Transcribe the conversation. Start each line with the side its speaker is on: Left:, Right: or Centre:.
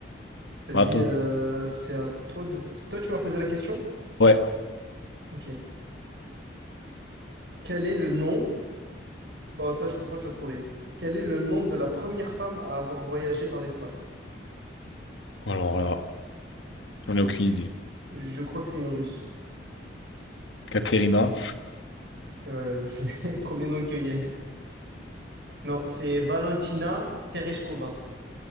Right: Vas-y,
Left: Bah, à ton
Right: euh,
Left: tour.
Right: c'est à toi de... C'est toi, tu m'as posé la question?
Left: Ouais.
Right: Ok. Quel est le nom? Bon, ça, je pense pas que tu vas trouver. Quel est le nom de la première femme à avoir voyagé dans l'espace?
Left: Alors là, j'en ai aucune idée.
Right: Je crois que c'est une Russe.
Left: Katerina.
Right: Euh, c'est <laughs> le premier nom qui vient. Non, c'est Valentina Tereshkova.